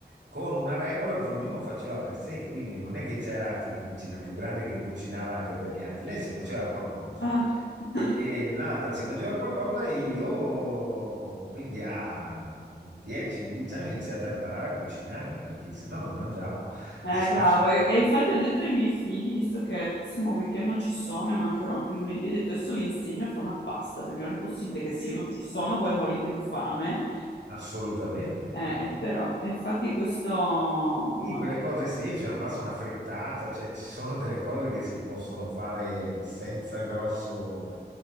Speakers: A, on the right; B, on the left.
A: con una regola che ognuno faceva per sé, quindi non è che c'era, che dici, la più grande che cucinava anche per gli altri, lei si faceva qualcosa
B: Ah. <laughs>
A: e, e l'altra si faceva qualcosa e io, quindi a 10-11 anni ho iniziato a imparare a cucinare perché se no non mangiavo. <laughs> E-
B: Eh, bravo.
A: S-
B: E, e infatti ho detto ai miei figli, visto che il prossimo weekend non ci sono e mancherò anche lunedì, ho detto adesso vi insegno a fare una pasta, perché non è possibile che se
A: Sì,
B: io non ci sono voi morite di fame.
A: assolutamente,
B: Eh,
A: cavolo.
B: eh, però, e infatti questo magari...
A: Sì, quelle cose semplici, ma passa una frittata, cioè ci sono delle cose che si possono fare senza grosso,